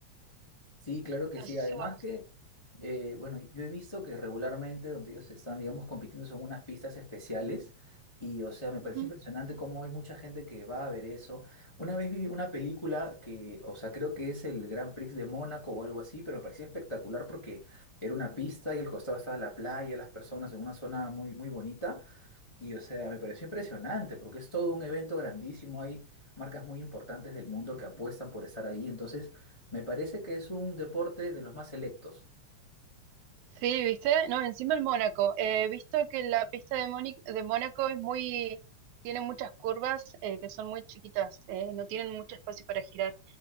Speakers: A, on the left; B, on the right.
A: Sí, claro que
B: No
A: sí.
B: sé
A: Además
B: si vos...
A: que, eh, bueno, yo he visto que regularmente donde ellos están, digamos, compitiendo son unas pistas especiales y, o sea, me parece
B: Ujú.
A: impresionante cómo hay mucha gente que va a ver eso. Una vez vi una película que, o sea, creo que es el Grand Prix de Mónaco o algo así, pero me parecía espectacular porque era una pista y al costado estaba la playa, las personas en una zona muy, muy bonita. Y o sea, me pareció impresionante porque es todo un evento grandísimo. Hay marcas muy importantes del mundo que apuestan por estar ahí. Entonces, me parece que es un deporte de los más selectos.
B: Sí, ¿viste? No, encima el Mónaco. He visto que la pista de, Móni- de Mónaco es muy... tiene muchas curvas eh, que son muy chiquitas, eh, no tienen mucho espacio para girar.